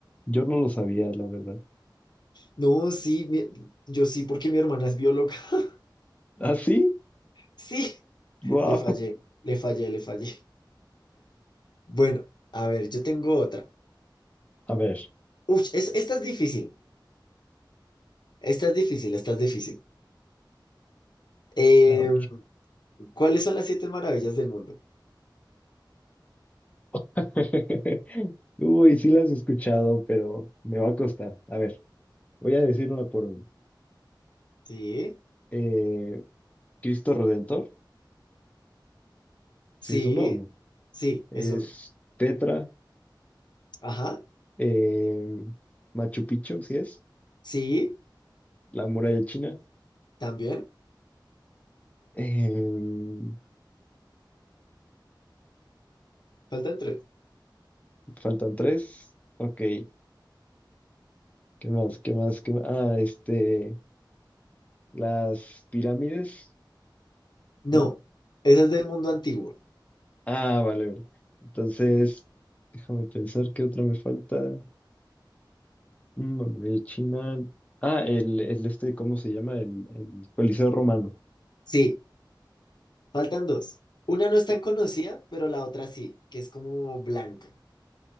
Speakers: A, on the left (about 20°); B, on the left (about 65°).
A: Yo no lo sabía, la verdad.
B: No, sí, mi- yo sí, porque mi hermana es bióloga. <laughs>
A: ¿Ah, sí?
B: Sí,
A: ¡Guau!
B: le fallé, le fallé, le fallé. Bueno, a ver, yo tengo otra.
A: A ver,
B: Uf, es, esta es difícil. Esta es difícil, esta es difícil. Eh,
A: a ver.
B: ¿cuáles son las siete maravillas del mundo?
A: <laughs> Uy, sí las he escuchado, pero me va a costar. A ver, voy a decir una por una.
B: Sí,
A: Eh, Cristo Redentor,
B: sí,
A: sí es uno o no.
B: sí,
A: Es
B: es uno.
A: Petra,
B: Ajá,
A: em, Machu Picchu, sí es.
B: sí,
A: La muralla china.
B: también.
A: Eh,
B: Faltan tres.
A: Faltan tres. Ok. ¿Qué más? ¿Qué más? ¿Qué más? Ah, este. Las pirámides,
B: No,
A: ¿no?
B: esa es del mundo antiguo.
A: Ah, vale, vale. Entonces, déjame pensar qué otra me falta. Mm, Memoria de China. Ah, el, el este, ¿cómo se llama? El, el Coliseo Romano.
B: Sí, faltan dos. Una no es tan
A: Eh,
B: conocida, pero la otra sí, que es como blanca.